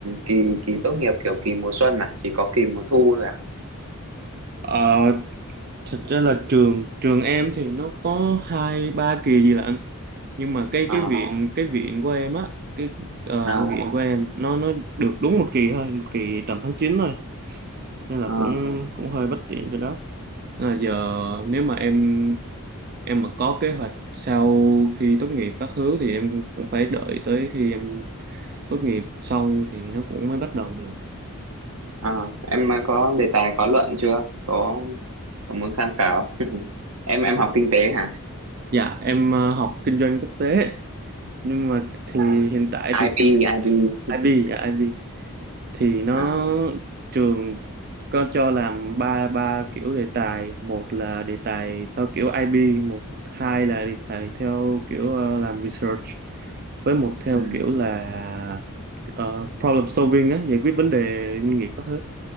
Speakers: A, on the right (about 75°); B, on the right (about 45°).
A: kỳ kỳ tốt nghiệp kiểu kỳ mùa xuân à chỉ có kỳ mùa thu thôi à
B: Ờ, thật ra là trường trường em thì nó có hai ba kỳ gì lận nhưng mà cái
A: à
B: cái viện cái viện của em á cái ờ,
A: à
B: viện của em nó nó được đúng một kỳ thôi một kỳ tầm tháng 9 thôi nên là
A: à,
B: cũng cũng hơi bất tiện cho đó Nên là giờ nếu mà em em mà có kế hoạch sau khi tốt nghiệp các thứ thì em cũng phải đợi tới khi em tốt nghiệp xong thì nó cũng mới bắt đầu được.
A: à. em có đề tài có luận chưa có, có muốn tham khảo <laughs> em em học kinh tế hả
B: Dạ em ờ, học kinh doanh quốc tế nhưng mà thì hiện tại
A: à
B: thì
A: IB
B: trường
A: IB <laughs>
B: IB dạ IB thì nó
A: à
B: trường có cho làm ba ba kiểu đề tài một là đề tài theo kiểu IB một hai là đề tài theo kiểu ờ, làm research với một theo
A: ừ
B: kiểu là ờ, problem solving á giải quyết vấn đề doanh nghiệp các thứ